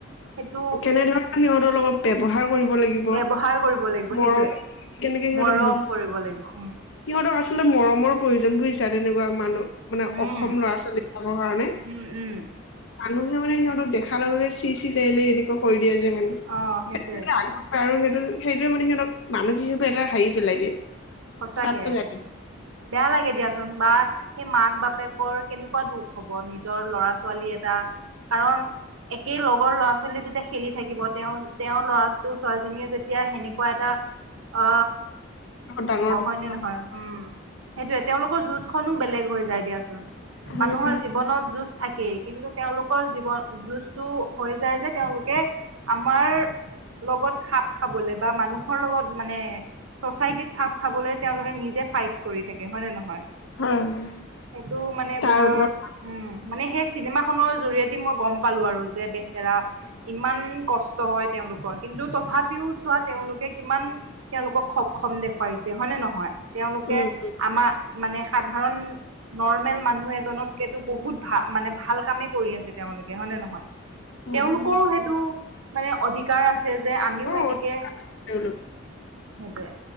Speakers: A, on the right (about 80°); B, on the left (about 65°).
A: সেইটো
B: কেনে ধৰণে সিহঁতৰ লগত ব্যৱ্হাৰ কৰিব লাগিব
A: ব্যৱহাৰ কৰিব লাগিব
B: মৰমৰ
A: সেইটোৱে
B: কেনেকে। সিহঁতক
A: মৰম
B: বুজ
A: কৰিব লাগিব উম
B: সিহঁতক আচলতে মৰমৰ। প্ৰয়োজন বোৰ হিচা তেনেকুৱা মানুহ মানে
A: উম
B: অসম ল'ৰা ছোৱালী যাবৰ কাৰণে।
A: উম উম
B: মানুহে মানে সিহঁতক দেখা লগে লগে চি চি লে লে এনোৱা কৰিব। মানে
A: অ সেইটোৱে
B: সেই আগ আৰু সেই। সেইটোৱে মানে স অক মানসিকে এটা হাৰি পেলাই দিয়ে।
A: সচাকে
B: চাপ পেলাই দিয়ে
A: বেয়া লাগে দিয়াচোন বা সেই মাক বাপেকৰ কেনেকুৱা দুখ হব নিজৰ ল'ৰা ছোৱালী এটা কাৰণ। সেই লগৰ ল'ৰা ছোৱালী যেতিয়া খেলি থাকিব তেওঁ তেওঁৰ ল'ৰাটো ছোৱালীজনীয়ে যেতিয়া সেনেকুৱা এটা অ।
B: ডাঙৰ। ডাঙৰ
A: হয় ন নহয় উম সেইটোয়ে তেওঁলোকৰ যুজ খো বেলেগ হৈ যায় দিয়াচোন
B: হয়
A: মানুহৰ
B: দিয়া
A: জীৱনত যোজ থাকেই কিন্তু তেওঁলোকৰ জীৱন যুঁজটো হৈ যায় যে তেওঁলোকে আমাৰ। লগত খাপ খাবলে বা মানুহৰ লগত মানে চচাইটিত খাপ। খাবলৈ তেওঁলোকে নিজে ফাইট কৰি থাকে হয় নে নহয়।
B: হয় হয়
A: সেইটো মানে
B: তাৰ
A: বৰ
B: ওপৰত
A: উম। মানে সেই চিনেমা খনৰ জৰিয়তে মই গম পালো আৰু যে বেচেৰা। ইমান কষ্ট হয় তেওঁলোকৰ কিন্তু তথাপিও চোৱা তেওঁলোকে কিমান তেওঁলোকক অসমম দেখুৱাইছে হয় নে নহয় তেওঁলোকে
B: উম উম
A: আমাৰ মানে সাধাৰণ নৰ্মেল মানুহ এজনতকেতো বহুত ভাল মানে ভাল কামে কৰি আছে। তেওঁলোকে হয় নে নহয়
B: হয়
A: তেওঁলোকৰো
B: হয়
A: সেইটো মানে অধিকাৰ আছে। চে যে আমিও
B: অ
A: এনেকে।
B: তেওঁলোক
A: সেইটোৱে।